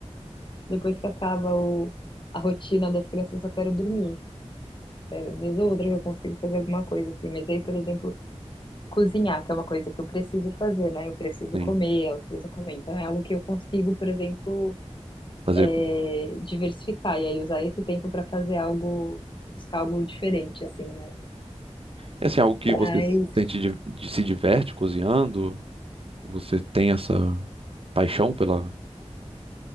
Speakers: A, on the left; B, on the right.
A: Depois que acaba o, a rotina das crianças, eu só quero dormir. É, vez ou outra que eu consigo fazer alguma coisa, assim. Mas aí, por exemplo, cozinhar, que é uma coisa que eu preciso fazer, né? Eu preciso
B: Sim,
A: comer, elas precisam comer. Então é algo que eu consigo, por exemplo,
B: fazer.
A: é,
B: com.
A: diversificar. E aí usar esse tempo para fazer algo, buscar algo diferente, assim, né?
B: É assim, algo que
A: Mas,
B: você sente de, de- se diverte cozinhando? Você tem essa paixão pela,